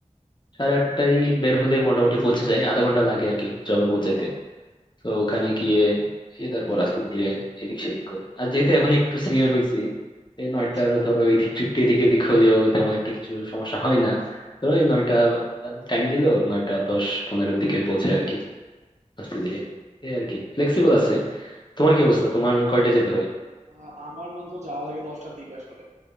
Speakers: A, on the left; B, on the right.
A: সাড়ে আটটায় বের হলে মোটামুটি পৌঁছে যাই আধা ঘন্টা লাগে আর কি জবে পৌঁছাইতে তো ওখানে গিয়ে এ তারপর আস্তে ধীরে এদিক সেদিক করে আর যেহেতু এখন একটু সিনিয়র হয়েছি এই নয়টার
B: আচ্ছা
A: ধরো এদিক একটু এদিক এদিক হলেও তেমন একটা কিছু সমস্যা হয় না ধরো এই নয়টা টাইম দিলো নয়টা দশ পনেরোর দিকে পৌঁছায় আর কি আস্তে ধীরে এই আর কি ফ্লেক্সিবল আছে তোমার কি অবস্থা তোমার কয়টা যেতে হয়
B: আহ, আমার বন্ধু যাওয়া লাগে দশটার দিকে আসলে